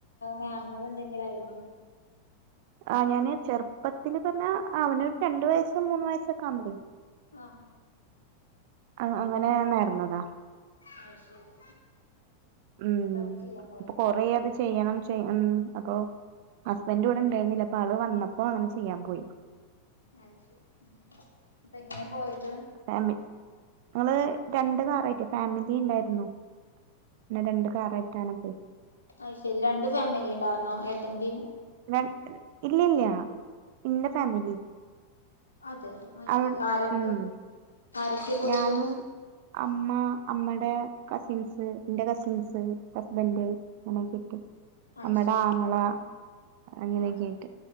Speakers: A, on the left; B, on the right.
A: നേർന്നത് എന്തെങ്കിലായിരുന്നോ
B: ആ ഞാന് ചെർപ്പത്തില് പർഞ്ഞ അവന് രണ്ടു വയസ്സ് മൂന്ന് വയസൊക്കെ ആവുമ്പളേ
A: ആഹ്
B: അ അങ്ങനെ നേർന്നതാ
A: അയ് ശരി
B: ഉം
A: ന്നട്ട് അത് ചെയ്യാൻ പോയത
B: അപ്പൊ കൊറേ
A: ലെ
B: അത് ചെയ്യണം ചെയ് ഉം അപ്പോ ഹസ്ബൻഡ് ഇവടെ ഇണ്ടായിരുന്നില്ല അപ്പ ആള് വന്നപ്പോ അങ്ങനെ ചെയ്യാൻ പോയി
A: അയ് ശരി അപ്പ എങ്ങനാ പോയത്
B: ഫാമ് ഞങ്ങള് രണ്ട് കാറായിട്ട് ഫാമിലി ഇണ്ടായ്രുന്നു ന്നെ രണ്ട് കാറായിട്ടാണ് പോയി
A: അയ് ശെരി രണ്ട് ഫാമിലി ഇണ്ടാർന്നോ ഏട്ടന്റിം
B: രൻ ഇല്ല്യല്ല ഇന്റെ ഫാമിലി
A: അതെ അയ്
B: അവി
A: ശരി ആരെക്കെ
B: ഉം
A: ആരെക്കെ പോയത്
B: ഞാന് അമ്മ അമ്മെടെ കസിൻസ് ന്റെ കസിൻസ് ഹസ്ബന്ഡ് <unintelligible> ചുറ്റും
A: അത്
B: അമ്മെടെ
A: ശരി
B: ആങ്ങള അങ്ങനെയൊക്കെയായിട്ട്
A: അതെ